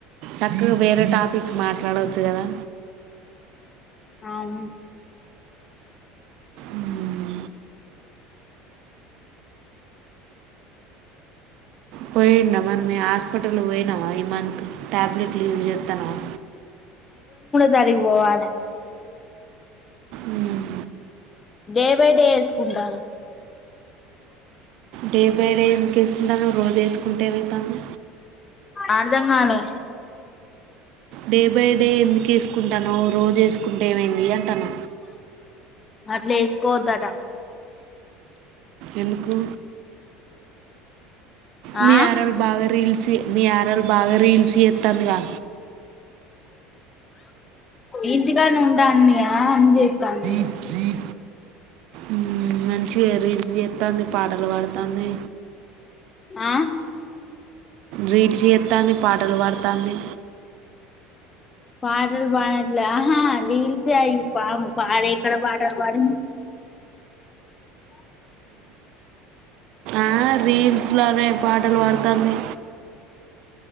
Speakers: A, on the right; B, on the left.
A: చక్కగా వేరే టాపిక్స్ మాట్లాడవచ్చు కదా.
B: అవును
A: ఉమ్, పోయిందా మరి మీ హాస్ట నువ్ పోయినవా ఈ మంత్ టాబ్లెట్లు యూజ్ చెత్తనవా
B: తారికు పోవాలే
A: ఉమ్
B: డే బై డే వేసుకుంటా
A: డే బై డే ఎందుకు వేసుకుంటాను రోజు వేసుకుంటే ఏమవుతుంది
B: అర్థం కాలే
A: డే బై డే ఎందుకు ఏసుకుంటానవ్ రోజేసుకుంటే ఏమైంది అంటన్న
B: అట్లేసుకోద్దట
A: ఎందుకు మి
B: ఆ
A: ఆరల్ బాగ రీల్స్ మి ఆరల్ బాగ రీల్స్ జేత్తాందిగా
B: ఇంటికాన్నే ఉంటాందిగ అని జేత్తాంది
A: ఈ మ్మ్ మంచిగా రీల్స్ చేత్తాంది, పాటలు పాడతాంది
B: ఆ
A: రీడ్స్ చేత్తాంది పాటలు బాడతాంది
B: పాటలు పాడట్లే ఆహా రీల్సే అయి పామ్ పాడ ఎక్కడ పాటలు బాడింది
A: ఆ రీల్స్లానేే పాటలు బాడతాంది